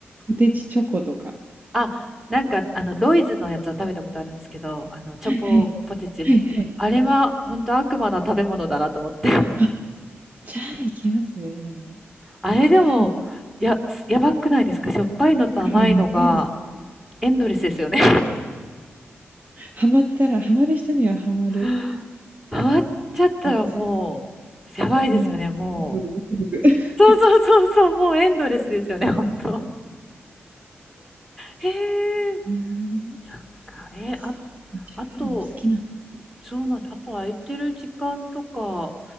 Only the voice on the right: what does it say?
ポテチチョコとか。
はいはい。はいはい。
あ、じゃあいけますね、でも。
しょっぱいの、
カロリーやばいですよ。
ハマったらハマる人にはハマる
やつ。
もう、
ブクブクブクブク。
<laughs> へえ。
い
や、そう、
しょっぱいのも好きなんですね。